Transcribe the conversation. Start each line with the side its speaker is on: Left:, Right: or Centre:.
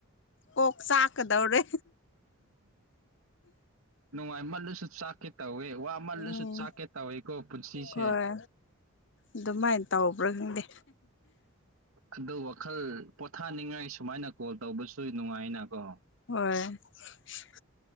Left: ꯀꯣꯛ ꯆꯥꯛꯀꯗꯧꯔꯦ
Right: ꯅꯨꯡꯉꯥꯏꯃꯜꯂꯁꯨ ꯆꯥꯛꯀꯦ ꯇꯧꯋꯦ ꯋꯥ ꯃꯜꯂꯁꯨ
Left: ꯎꯝ
Right: ꯆꯥꯛꯀꯦ ꯇꯧꯋꯤꯀꯣ ꯄꯨꯟꯁꯤꯁꯦ
Left: ꯍꯣꯏ ꯑꯗꯨꯃꯥꯏꯅ ꯇꯧꯕ꯭ꯔꯥ ꯈꯪꯗꯦ
Right: ꯑꯗꯨ ꯋꯥꯈꯜ ꯄꯣꯊꯥꯅꯤꯡꯉꯥꯏ ꯁꯨꯃꯥꯏꯅ ꯀꯣꯜ ꯇꯧꯕꯁꯨ ꯅꯨꯡꯉꯥꯏꯅꯥꯀꯣ
Left: ꯍꯣꯏ <unintelligible>